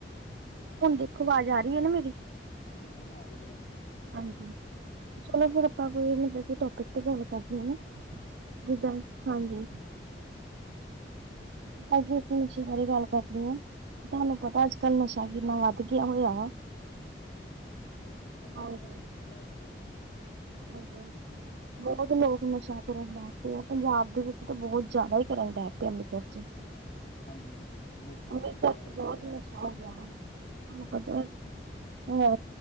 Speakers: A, on the right; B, on the left.
A: ਹੁਣ ਦੇਖੋ, ਆਵਾਜ਼ ਆ ਰਹੀ ਹੈ ਨਾ ਮੇਰੀ।
B: ਹਾਂਜੀ, ਹੁਣ ਆ ਰਹੀ ਹੈ।
A: ਹਾਂਜੀ, ਚਲੋ ਫਿਰ ਆਪਾਂ ਕੋਈ ਮਤਲਬ ਕਿ ਟੋਪਿਕ ਤੇ ਗੱਲ ਕਰਦੇ ਨਾ।
B: ਹਾਂਜੀ
A: ਜਿੱਦਾਂ,
B: ਬਿਲਕੁਲ
A: ਹਾਂਜੀ। ਅੱਜ ਨਸ਼ੇ ਬਾਰੇ ਗੱਲ ਕਰਦੀ ਹਾਂ ਤੁਹਾਨੂੰ ਪਤਾ। ਨਸ਼ਾ ਕਿੰਨਾ ਵੱਧ ਗਿਆ ਹੋਇਆ।
B: ਹਾਂਜੀ, ਬਿਲਕੁਲ ਨਸਾ
A: ਹਾਂਜੀ
B: ਤਾਂ ਬਹੁਤ ਜ਼ਿਆਦਾ।
A: ਹਾਂਜੀ। ਬਹੁਤ ਲੋਕ ਨਸ਼ਾ ਕਰਨ ਲੱਗ ਪਏ ਆ। ਪੰਜਾਬ ਦੇ ਵਿੱਚ ਤਾਂ ਬਹੁਤ ਜ਼ਿਆਦਾ ਹੀ ਕਰਨ ਡੈ ਪਏ ਅੰਮ੍ਰਿਤਸਰ ਚ,
B: ਹਾਂਜੀ-ਹਾਂਜੀ ਬਹੁਤ ਜ਼ਿਆਦਾ
A: ਮੇਰੇ
B: ਪੰਜਾਬ
A: ਘਰ ਚ ਬਹੁਤ
B: ਦੇ ਵਿੱਚ
A: ਨਸਾ ਹੋ ਗਿਆ। ਤਹਾਨੂੰ
B: ਹਾਂਜੀ
A: ਪਤਾ